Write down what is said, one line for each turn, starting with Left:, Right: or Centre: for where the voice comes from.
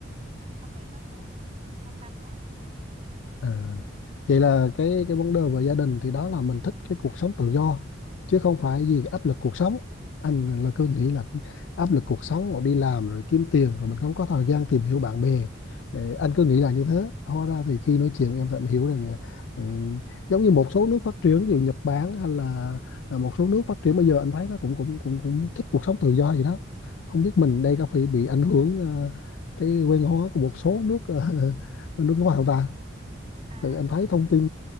Right: không hề có, có quan tâm đó
Left: À, vậy là cái cái vấn đề về gia đình thì đó là mình thích cái cuộc sống tự do chứ không phải vì áp lực cuộc sống anh là cứ nghĩ là áp lực cuộc sống rồi đi làm rồi kiếm tiền rồi mình không có thời gian tìm hiểu bạn bè Ờ, anh cứ nghĩ là như thế hóa ra thì khi nói chuyện em tận hiểu rằng ừ, giống như một số nước phát triển ví dụ Nhật Bản hay là à, một số nước phát triển bây giờ anh thấy nó cũng cũng cũng cũng thích cuộc sống tự do gì đó không biết mình đây có phải bị ảnh hưởng ờ, cái quen hóa của một số nước ờ, <laughs> nước ngoài không ta
Right: à
Left: Tự anh thấy thông tin